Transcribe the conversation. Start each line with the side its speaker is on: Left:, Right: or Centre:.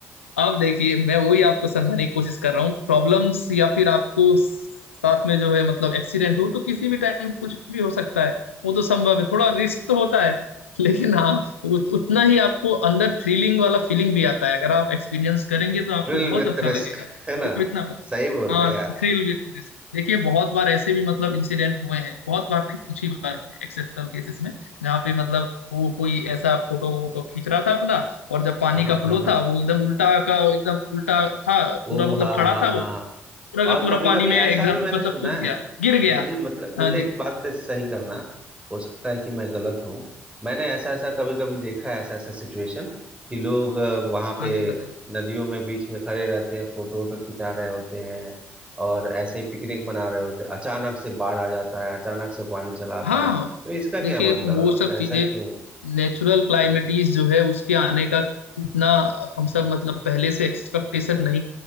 Left: अब देखिए मैं वही आपको समझाने की कोशिश कर रहा हूँ प्रॉब्लम्स या फिर आपको साथ में जो है मतलब एक्सीडेंट हो तो किसी भी टाइम कुछ भी हो सकता है वो तो संभव है थोड़ा रिस्क तो होता है <laughs> लेकिन हाँ उत, उतना ही आपको अंदर थ्रिलिंग वाला फीलिंग भी आता है अगर आप एक्सपीरियंस करेंगे तो आपको
Right: थ्रिल
Left: बहुत
Right: विथ
Left: अच्छा
Right: रिस्क
Left: लगेगा
Right: है
Left: मेरे
Right: ना
Left: को इतना पता
Right: सही बोल
Left: हाँ
Right: रहे यार
Left: थ्रिल विद रिस्क देखिए बहुत बार ऐसे भी मतलब इंसिडेंट हुए हैं बहुत बार नहीं कुछ ही बार हुए एक्सेप्शनल केसेस में जहाँ पे मतलब वो कोई ऐसा फोटो वोटो खींच रहा था अपना और जब पानी
Right: हाँ हाँ
Left: का
Right: हाँ
Left: फ्लो
Right: हाँ
Left: था वो एकदम उल्टा का एकदम उल्टा था पूरा
Right: ओ
Left: मतलब
Right: हाँ
Left: खड़ा
Right: हाँ
Left: था
Right: हाँ
Left: वो पूरा का
Right: और
Left: पूरा
Right: कभी
Left: पानी
Right: कभी
Left: में
Right: ऐसा
Left: एकदम
Right: भी मैंने
Left: मतलब
Right: सुना
Left: कूद गया
Right: है
Left: गिर गया
Right: मुझे मतलब मुझे
Left: हाँ जी
Right: एक बात पे सही करना हो सकता है कि मैं गलत हूँ मैंने ऐसा ऐसा कभी कभी देखा है ऐसा ऐसा सिचुएशन कि लोग वहां पे
Left: हाँ जी बताइए
Right: नदियों में बीच में खड़े रहते हैं फोटो वोटो खिंचा रहे होते हैं और ऐसे ही पिकनिक मना रहे होते हैं अचानक से बाढ़ आ जाता है अचानक से पानी चला आता
Left: हाँ
Right: है तो इसका क्या
Left: देखिए
Right: मतलब
Left: वो
Right: है मतलब
Left: सब चीजें
Right: ऐसा क्यों
Left: नेचुरल क्लाइमेटीज जो है उसके आने का इतना हम सब मतलब पहले से एक्सपेक्टेशन नहीं